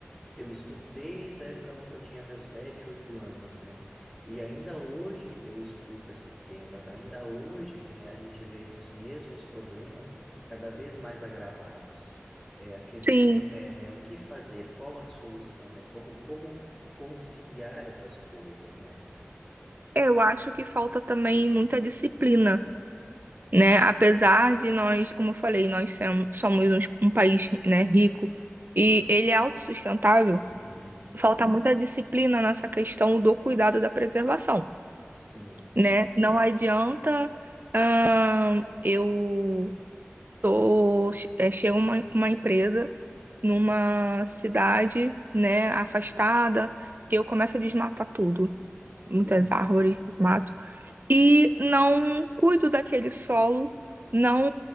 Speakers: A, in the centre; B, on the right.
A: eu escuto desde a época lá que eu tinha meus sete, oito anos, né? E ainda hoje eu escuto esses temas, ainda hoje, né, a gente vê esses mesmos problemas cada vez mais agravados. É, a questão
B: sim.
A: é, né, o que fazer, qual a solução, né? Como, como conciliar essas coisas, né?
B: Eu acho que falta também muita disciplina né? Apesar de nós, como eu falei, nós somos, somos uns- um país, né, rico e ele é autossustentável,
A: Uhum,
B: falta muita disciplina nessa questão do cuidado da preservação,
A: sim.
B: né? Não adianta, ahn, eu tô, é, chega uma, uma empresa numa cidade, né, afastada, eu começo a desmatar tudo, muitas
A: Uhum,
B: árvores, mato. e não cuido daquele solo, não